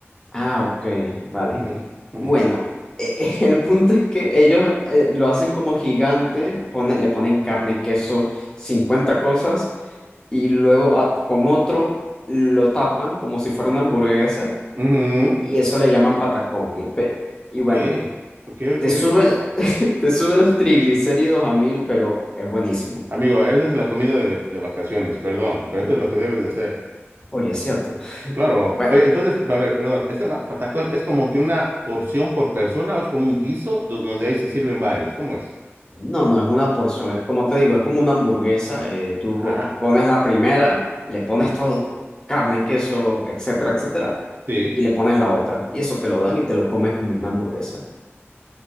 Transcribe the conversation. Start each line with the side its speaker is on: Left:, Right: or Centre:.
Left: ah, ok, vale.
Right: Ujú, ujú,
Left: Bueno, eh, <laughs> el punto es que ellos eh, lo hacen como gigante, pone- le ponen carne, queso, 50 cosas. y luego ah, con otro lo tapan como si fuera una hamburguesa
Right: ujú.
Left: y eso le llaman patacón. Y, pe- y
Right: Ok,
Left: bueno,
Right: ok, ok,
Left: te sube,
Right: ok.
Left: <laughs> te sube los triglicéridos a mil, pero es buenísimo.
Right: Amigo, esa es la comida de, de vacaciones, perdón, pero eso es lo que debes de hacer.
Left: Oye, es cierto.
Right: Claro.
Left: Bueno,
Right: Oye, entonces, a ver, perdón, ¿este ma- patacón es como que una porción por persona o es como un guiso do- donde ahí se sirven varios? ¿Cómo es?
Left: no, no es una porción, es como te digo, es como una hamburguesa. eh, tú
Right: Ah,
Left: pones la primera, le pones todo, carne, queso, etcétera, etcétera,
Right: sí.
Left: y le pones la otra. Y eso te lo dan y te lo comes como una hamburguesa.